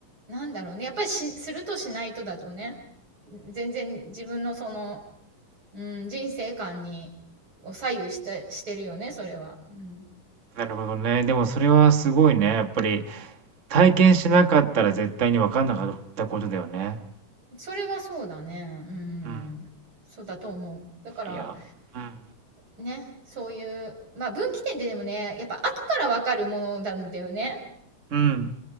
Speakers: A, on the right; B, on the right.
A: あ、なんだろうね。やっぱりし、するとしないとだとね、全然自分のその、うん、人生観にを左右してしてるよね、それは。うん、
B: なるほどね。でもそれはすごいね。やっぱり体験しなかったら絶対に分かんなかったことだよね。
A: それはそうだね。うん、
B: うん。
A: そうだと思う。だから、
B: いや、うん
A: ね、そういう、まあ分岐点ってでもね、やっぱ後からわかるものなんだよね。
B: うん。うん。